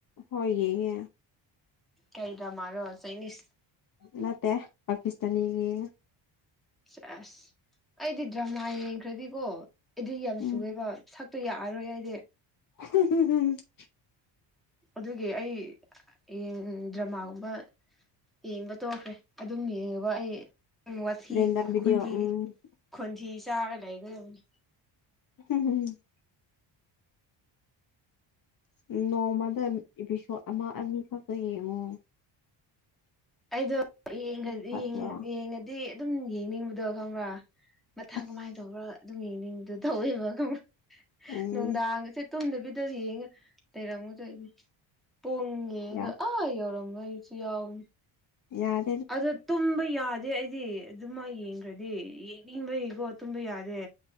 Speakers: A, on the left (about 45°); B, in the centre.
A: ꯍꯣꯏ ꯌꯦꯡꯉꯦ
B: ꯀꯩ ꯗ꯭ꯔꯃꯥꯔꯣ ꯆꯥꯏꯅꯤꯁ
A: ꯅꯠꯇꯦ ꯄꯥꯀꯤꯁꯇꯥꯅꯤꯒꯤ ꯌꯦꯡꯉꯤ
B: ꯁꯦꯁ ꯑꯩꯗꯤ ꯗ꯭ꯔꯃꯥ ꯌꯦꯡꯈ꯭ꯔꯗꯤꯀꯣ ꯑꯦꯗꯤꯛ ꯌꯥꯝ
A: ꯎꯝ
B: ꯆꯨꯑꯦꯕ ꯁꯛꯇꯤ ꯌꯥꯔꯔꯣꯏ ꯑꯩꯗꯤ
A: ꯍꯨꯝ ꯍꯨꯝ ꯍꯨꯝ <unintelligible>
B: ꯑꯗꯨꯒꯤ ꯑꯩ ꯌꯦꯡ ꯗ꯭ꯔꯃꯥꯒꯨꯝꯕ ꯌꯦꯡꯕ ꯇꯣꯛꯈ꯭ꯔꯦ ꯑꯗꯨꯝ ꯌꯦꯡꯉꯦꯕ ꯑꯩ ꯋꯥꯊꯤ
A: ꯔꯦꯟꯗꯝ ꯚꯤꯗꯤꯑꯣ
B: ꯈꯣꯟꯊꯤ
A: ꯎꯝ
B: ꯈꯣꯟꯊꯤ ꯆꯥꯔ ꯂꯩꯒꯗꯝꯅꯤ
A: ꯍꯨꯝ ꯍꯨꯝ <unintelligible> ꯎꯝ ꯅꯣꯡꯃꯗ ꯏꯄꯤꯁꯣꯠ ꯑꯃ ꯑꯅꯤꯈꯛꯄ ꯌꯦꯡꯉꯣ
B: ꯑꯩꯗꯣ ꯌꯦꯡꯒ꯭ꯔꯗꯤ
A: ꯑꯗꯨꯅ ꯐꯠꯇ꯭ꯔꯣ
B: ꯌꯦꯡꯉꯗꯤ ꯑꯗꯨꯝ ꯌꯦꯡꯅꯤꯡꯕꯗꯣ ꯈꯪꯕ꯭ꯔꯥ ꯃꯊꯪ
A: ꯑꯁ
B: ꯀꯃꯥꯏꯅ ꯇꯧꯕ꯭ꯔꯥ ꯑꯗꯨꯝ ꯌꯦꯡꯅꯤꯡꯕꯗꯨ ꯇꯧꯋꯦꯕ ꯈꯪꯕ꯭ꯔꯥ
A: ꯎꯝ
B: ꯅꯨꯡꯗꯥꯡꯁꯦ ꯇꯨꯝꯗꯕꯤꯗ ꯌꯦꯡꯉ ꯂꯩꯔꯝꯒꯗꯣꯢꯅꯦ ꯄꯨꯡ ꯌꯦꯡꯉꯒ
A: ꯌꯥ
B: ꯑꯥ ꯌꯧꯔꯝꯕꯩ ꯁꯨ ꯌꯥꯎꯕꯅꯦ
A: ꯌꯥꯢ
B: ꯑꯗꯣ ꯇꯨꯝꯕ ꯌꯥ ꯗꯦ ꯑꯩꯗꯤ ꯑꯗꯨꯝꯃꯥꯢ ꯌꯦꯡꯈ꯭ꯔꯗꯤ ꯌꯦꯡꯅꯤꯡꯕꯒꯤꯀꯣ ꯇꯨꯝꯕ ꯌꯥꯗꯦ